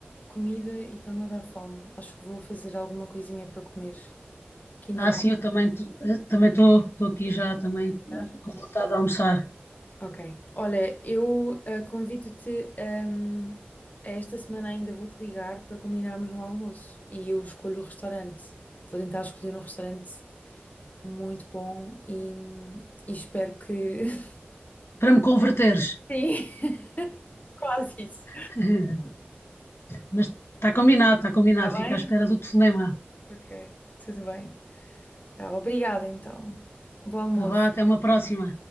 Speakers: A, on the left; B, on the left.
A: comida e está-me a dar fome. Acho que vou fazer alguma coisinha para comer, que ainda
B: Ah, sim, eu também t- eh, também estou estou aqui já também eh,
A: não.
B: com vontade de almoçar,
A: Ok. Olha, eu eh, convido-te, ehm, a esta semana ainda vou-te ligar para combinarmos um almoço e eu escolho o restaurante. Vou tentar escolher um restaurante muito bom e, e espero que. <laughs>
B: para me converteres.
A: Sim, quase isso.
B: <laughs> Mas está combinado, está combinado.
A: Está
B: Fica
A: bem?
B: à espera do telefonema.
A: Ok, tudo bem. Tá, obrigada então. Bom almoço.
B: Tá vá, até uma próxima.